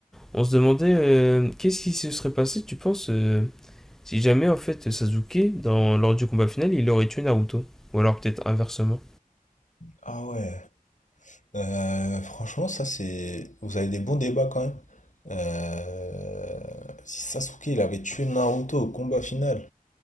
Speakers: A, in the centre; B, on the left.
A: On se demandait euh, qu'est-ce qui se serait passé, tu penses, euh, si jamais en fait Sasuke, dans, lors du combat final, il aurait tué Naruto. Ou alors peut-être inversement.
B: Ah ouais. Euh, franchement, ça c'est. Vous avez des bons débats quand même. Euh, Si Sasuke il avait tué Naruto au combat final.